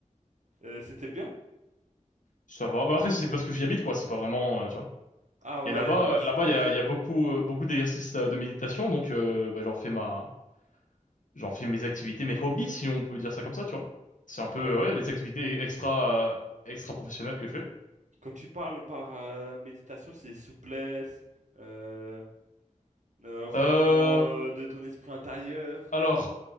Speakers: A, on the right (about 65°); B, on the left (about 75°).
A: euh, c'était bien?
B: ça va bah après c'est parce que j'y habite quoi c'est pas vraiment euh, tu vois
A: Ah
B: et
A: ouais,
B: là-bas
A: euh,
B: euh,
A: c'est
B: là-bas
A: ta routine.
B: il y a, il y a beaucoup euh, beaucoup d'exercices euh, de méditation donc euh, bah, j'en fais ma J'en fais mes activités, mes hobbies, si on peut dire ça comme ça, tu vois. C'est un peu,
A: Euh,
B: ouais, les activités extra, euh, extra professionnelles que je fais.
A: quand tu parles par euh, méditation, c'est souplesse, euh, euh, reposement
B: Euh,
A: euh, de ton esprit intérieur, tout
B: alors,
A: ça.